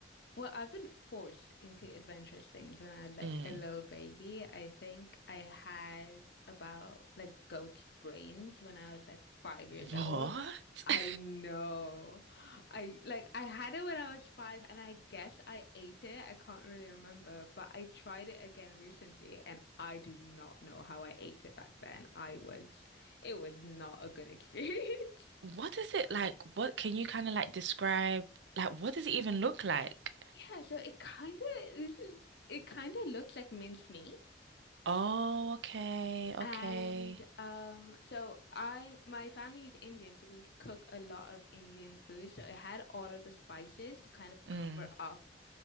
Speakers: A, on the left; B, on the right.
A: Well, I've been forced into adventurous things when I was like
B: Mm.
A: a little baby. I think I had about like goat's brains when I was like five years
B: What?
A: old. I
B: <laughs>
A: know. I like I had it when I was five and I guess I ate it. I can't really remember, but I tried it again recently and I do not know how I ate it back then. I was it was not a good experience. <laughs>
B: What is it like? What can you kind of like describe? Like, what does it even look like?
A: Yeah, so it kind of this is it kind of looks like minced meat.
B: Oh, okay, okay.
A: And um, so I, my family is Indian, so we cook a lot of Indian food. So it had all of the spices to kind of
B: Mm.
A: cover up